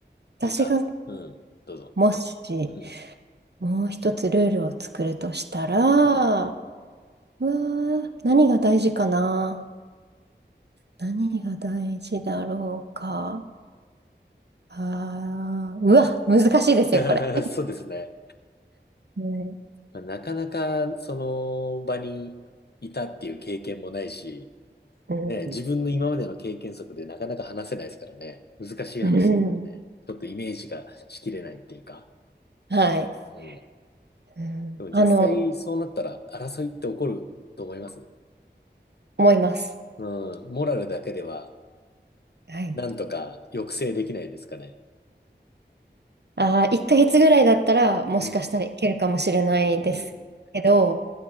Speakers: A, on the right; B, on the left.
A: 私が
B: なんか、うん。どうぞ。
A: もし、
B: うん。
A: もう一つルールを作るとしたら、うわ
B: うん。
A: ー、何が大事かな何が大事だろうか。あー、うわ、難しいですよ、
B: <laughs>
A: これ。<laughs>
B: そうですね。
A: うん
B: まあ、なかなかその場にいたっていう経験もないし、
A: うん、
B: ね、自分の今までの経験則でなかなか話せないですからね。難しい話ですよね。
A: うん
B: ちょっとイメージがしきれないっていうか。
A: はい、
B: うん。
A: うん。
B: でも実際そうなったら争いって起こると思います。
A: あの、思います。
B: うん。モラルだけでは
A: はい。
B: なんとか抑制できないですかね。
A: あー、1ヶ月ぐらいだったら、もしかしたらいけるかもしれないですけど、
B: うん、うん、